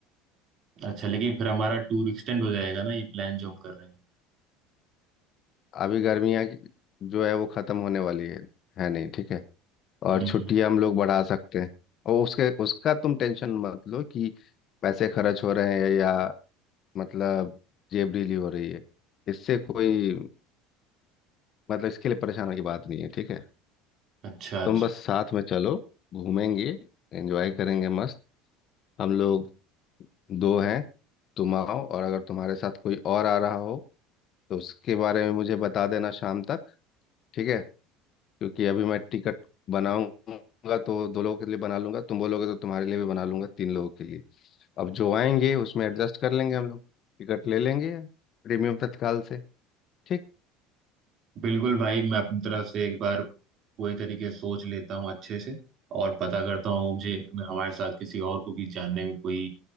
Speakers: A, on the right; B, on the left.
A: अच्छा लेकिन फिर हमारा टूर एक्सटेंड हो जाएगा ना ये प्लान जो हम कर रहे हैं
B: अभी गर्मियाँ की- जो है वो ख़त्म होने वाली है है नहीं ठीक है और
A: हम्म
B: छुट्टियाँ
A: हम्म।
B: हम लोग बढ़ा सकते हैं और उसके उसका तुम टेंशन मत लो कि पैसे खर्च हो रहे हैं या मतलब जेब ढीली हो रही है इससे कोई मतलब इसके लिए परेशान होने की बात नहीं है ठीक है
A: अच्छा अच्छा
B: तुम बस साथ में चलो घूमेंगे एंजॉय करेंगे मस्त हम लोग दो हैं तुम आओ और अगर तुम्हारे साथ कोई और आ रहा हो तो उसके बारे में मुझे बता देना शाम तक ठीक है क्योंकि अभी मैं टिकट बनाऊंगा तो दो लोगों के लिए बना लूंगा तुम बोलोगे तो तुम्हारे लिए भी बना लूंगा तीन लोगों के लिए अब जो आएंगे उसमें एडजस्ट कर लेंगे हम लोग टिकट ले लेंगे प्रीमियम तत्काल से ठीक
A: बिल्कुल भाई मैं अपनी तरफ से एक बार पूरी तरीके से सोच लेता हूँ अच्छे से और पता करता हूँ मुझे हमारे साथ किसी और को भी जानने में कोई